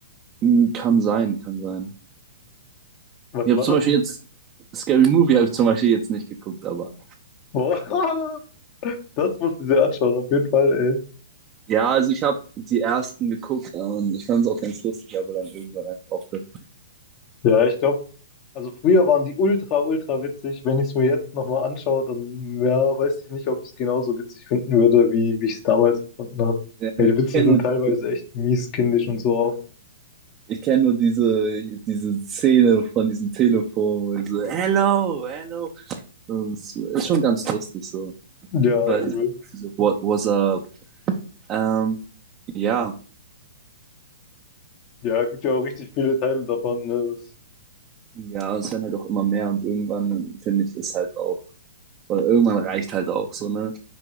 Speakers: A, on the right; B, on the left.
A: mh, kann sein, kann sein.
B: Was
A: Ich habe
B: war
A: zum
B: das
A: Beispiel
B: denn?
A: jetzt Scary Movie habe ich zum Beispiel jetzt nicht geguckt, aber
B: Boah, <laughs> das musst du dir anschauen, auf jeden Fall, ey.
A: ja, also ich habe die ersten geguckt und ich fand es auch ganz lustig, aber dann irgendwann einfach aufgehört.
B: Ja, ich glaube, also früher waren die ultra, ultra witzig. Wenn ich es mir jetzt nochmal anschaue, dann ja, weiß ich nicht, ob ich es genauso witzig finden würde, wie, wie ich es damals gefunden habe.
A: Ja,
B: Ja,
A: Ich
B: die Witze
A: kenne
B: sind teilweise
A: nur,
B: echt mies, kindisch und so auch.
A: ich kenn nur diese, diese Szene von diesem Telefon, wo ich so, hello, hello. Und ist schon ganz lustig so.
B: Ja,
A: Weil
B: übel.
A: diese- What, what's up? Ähm, ja,
B: Ja, gibt ja auch richtig viele Teile davon. Ne? Das,
A: Ja, es werden halt auch immer mehr und irgendwann, finde ich, ist halt auch, weil irgendwann reicht halt auch so, ne?